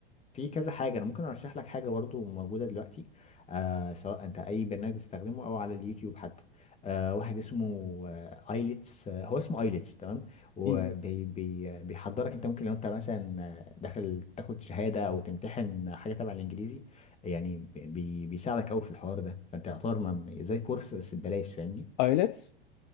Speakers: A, on the left; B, on the left.
A: في كذا حاجة أنا ممكن أرشح لك حاجة برضو موجودة دلوقتي آه سواء أنت أي برنامج بتستخدمه أو على اليوتيوب حتى آه واحد اسمه آه ايلتس آه هو اسمه ايلتس تمام وبيحضرك
B: م. م- م.
A: أنت ممكن لو أنت مثلا آه، داخل تاخد شهادة أو تمتحن حاجة تبع الإنجليزي يعني بي بي- بيساعدك أوي في الحوار ده فأنت يعتبر ما- زي كورس بس ببلاش فاهمني؟
B: ايلتس